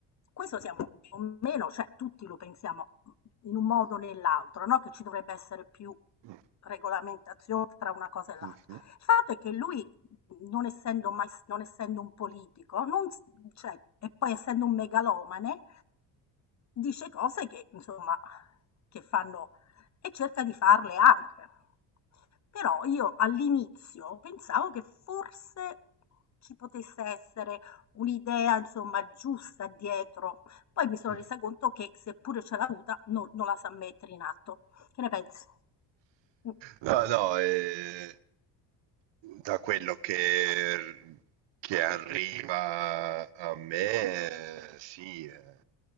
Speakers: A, on the left (about 40°); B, on the right (about 75°).
A: Questo siamo più o meno, cioè tutti lo pensiamo in un modo o nell'altro, no? che ci dovrebbe essere più
B: Mh,
A: regolamentazione tra una cosa e l'altra.
B: mh-mh.
A: Il fatto è che lui, non essendo, mai, non essendo un politico, non, cioè, e poi essendo un megalomane, dice cose che, insomma, che fanno e cerca di farle anche. Però io all'inizio pensavo che forse ci potesse essere un'idea, insomma, giusta dietro. Poi mi sono
B: Mh.
A: resa conto che seppure ce l'ha avuta, non, non la sa mettere in atto. Che ne pensi? Mm.
B: No, no, eh, da quello che, che arriva a me, eh, sì, eh,